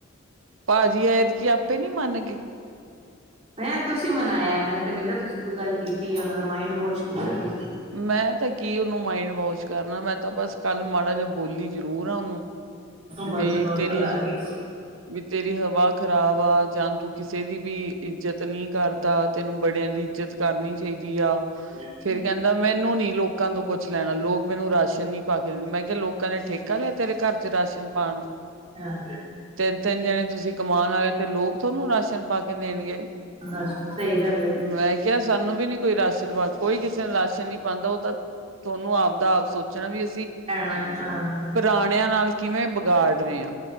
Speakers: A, on the right; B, on the right.
A: ਭਾਜੀ ਐਦਕੀ, ਆਪੇ ਨੀ ਮੰਨ ਗਏ।
B: ਮੈ ਤੁਸੀਂ ਮਨਾਇਆ, ਮੈਨੂੰ ਤਾਂ ਲੱਗਦਾ ਤੁਸੀਂ ਕੋਈ ਗੱਲ ਕੀਤੀ ਹੈ, ਉਹ ਦਾ ਮਾਈਡ ਵਾਸ਼ ਕੀਤਾ ਤੁਸੀਂ।
A: ਮੈਂ ਤਾਂ ਕੀ ਉਹਨੂੰ ਮਾਇੰਡ ਵਾਸ਼ ਕਰਨਾ, ਮੈਂ ਤਾਂ ਬਸ ਕੱਲ ਮਾੜਾ ਜਿ ਬੋਲੀ ਜ਼ਰੂਰ ਆ ਉਹਨੂੰ।
B: ਬਸ
A: ਵੀ
B: ਉਹਨੂੰ ਅਕਲ
A: ਤੇਰੀ
B: ਆ ਗਈ।
A: ਵੀ ਤੇਰੀ ਹਵਾ ਖ਼ਰਾਬ ਆ, ਜਾਂ ਤੂੰ ਕਿਸੇ ਦੀ ਵੀ ਇੱਜਤ ਨਹੀਂ ਕਰਦਾ, ਤੈਨੂੰ ਬੜਿਆਂ ਦੀ ਇੱਜਤ ਕਰਨੀ ਚਾਹੀਦੀ ਆ਼।
B: ਹ <unintelligible>
A: ਫੇਰ ਕਹਿੰਦਾ, ਮੈਨੂੰ ਨੀ ਲੋਕਾਂ ਤੋਂ ਕੁੱਛ ਲੈਣਾ, ਲੋਕ ਮੈਨੂੰ ਰਾਸ਼ਨ ਨੀ ਪਾ ਕੇ ਦਿਦੇ, ਮੈਂ ਕਿਹਾ ਲੋਕ ਲੋਕਾਂ ਨੇ ਠੇਕਾ ਲਿਆ, ਤੇਰੇ ਘਰ ਚ ਰਾਸ਼ਨ ਪਾਉਣ ਦਾ।
B: ਹਾਂ
A: ਤਿੰਨ, ਤਿੰਨ ਜਣੇ ਤੁਸੀਂ ਕਮਾਉਣ ਵਾਲੇ ਔ, ਤੇ ਲੋਕ ਤੁਹਾਨੂੰ ਰਾਸ਼ਨ ਪਾ ਕੇ ਦੇਣਗੇ।
B: ਬਸ ਸਹੀ ਗੱਲ ਏ।
A: ਮੈਂ ਕਿਹਾ ਸਾਨੂੰ ਵੀ ਨੀ ਕੋਈ ਰਾਸ਼ਨ ਪਾ, ਕੋਈ ਕਿਸੇ ਨੂੰ ਰਾਸ਼ਨ ਨੀ ਪਾਉਂਦਾ, ਉਹ ਤਾਂ ਤੁਹਾਨੂੰ ਆਪਦਾ ਆਪ ਸੋਚਣਾ, ਵੀ ਅਸੀਂ।
B: ਭੈਣਾਂ ਸਹੀ
A: ਪੁਰਾਣਿਆਂ ਨਾਲ ਕਿਵੇਂ ਬਗਾੜ ਰਹੇ ਆ।